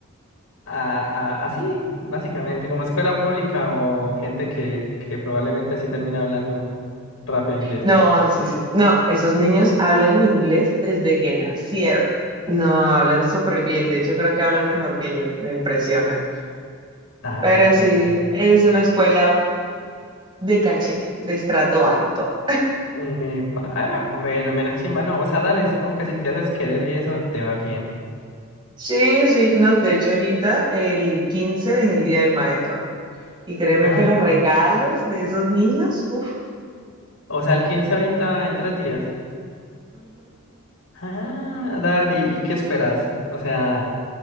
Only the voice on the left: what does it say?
a- a- así, básicamente, como escuela pública o gente que, que probablemente sí termina hablando rápido inglés.
Dale,
dale.
chévere.
Epa, ah, bueno, mera chimba, no, o sea, dale, supongo que si te haces querer y eso te va bien.
Ah,
o sea, el 15 ahorita en tres días. Ah, dale, ¿y qué esperas? O sea,